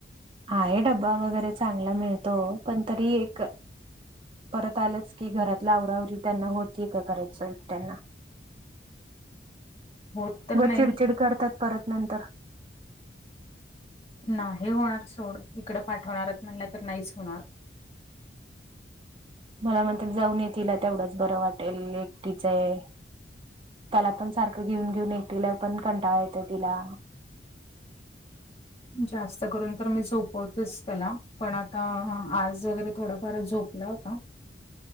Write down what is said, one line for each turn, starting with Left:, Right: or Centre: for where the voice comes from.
Right: आहे डब्बा वगैरे चांगला मिळतो पण तरी एक परत आलंच की घरातल्या आवराआवरी त्यांना होती का करायच एक त्यांना
Left: होत तर नाही.
Right: चिडचिड करतात परत नंतर
Left: नाही होणार सोड इकडं पाठवणारच म्हणलं तर नाहीच होणार.
Right: मला म्हणत्यात जाऊन ये तिला तेवढंच बरं वाटेल एकटीचं आहे. त्याला पण सारखं घेऊन घेऊन एकिला पण कंटाळा येतं तिला.
Left: जास्त करून तर मी झोपवतच त्याला पण आता आज वगरे थोडंफार झो पला होता.